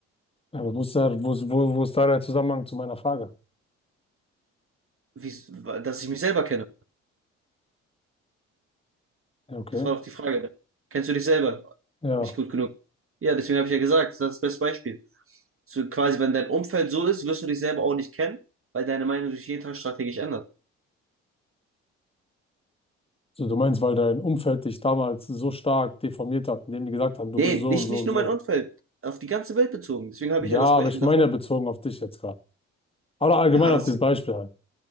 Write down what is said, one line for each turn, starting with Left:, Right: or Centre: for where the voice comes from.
Left: Ja, Aber wo ist der, wo ist, wo, wo ist da der Zusammenhang zu meiner Frage?
Right: wie, dass ich mich selber kenne.
Left: Ja, okay.
Right: Das war doch die Frage. Kennst du dich selber
Left: Ja,
Right: nicht gut genug? Ja, deswegen habe ich ja gesagt, das ist das beste Beispiel. So, quasi, wenn dein Umfeld so ist, wirst du dich selber auch nicht kennen, weil deine Meinung sich jeden Tag strategisch ändert.
Left: so du meinst, weil dein Umfeld dich damals so stark deformiert hat, indem die gesagt haben, du
Right: Nee,
Left: bist so
Right: nicht,
Left: und so
Right: nicht
Left: und
Right: nur
Left: so.
Right: mein Umfeld, auf die ganze Welt bezogen. Deswegen habe
Left: Ja,
Right: ich ja das
Left: aber
Right: Beispiel
Left: ich meine
Right: davor.
Left: ja bezogen auf dich jetzt gerade. Oder allgemein
Right: Ja,
Left: auf
Right: das,
Left: dieses Beispiel halt.